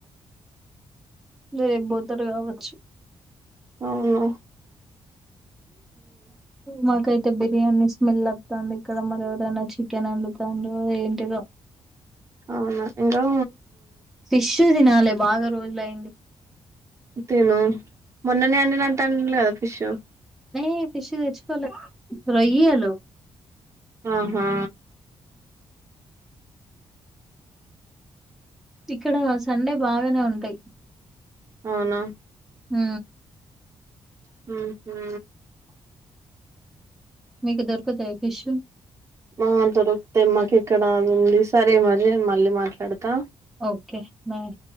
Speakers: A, in the centre; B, on the right.
A: రేపు బోతరు కావచ్చు
B: అవు
A: మాకైతే బిర్యానీ స్మెల్ వస్తుంది ఇక్కడ మర ఎవరైనా చె అక్కెనందు తండు ఏంటి
B: అవునా ఇకా
A: ఫిష్ు తినాలి బాగా రోజులయింది
B: తిను మొన్ననే అంట అంట అ కదా ఫిష్
A: ఏ ఫిష్ తెచ్చుకోలే రోయియా లో
B: ఆహా
A: ఇక్కడ సండే బాగానే ఉంటాయి
B: అవునా
A: హ
B: హ హ
A: మీకు దొరుకుతాయి ఫిష్ు
B: ఆ దొరుకుత మాకు ఇక్కడ ఉంది సరే మరి నేను మళ్ళీ మాట్లాడతా
A: ఓకే బాయ్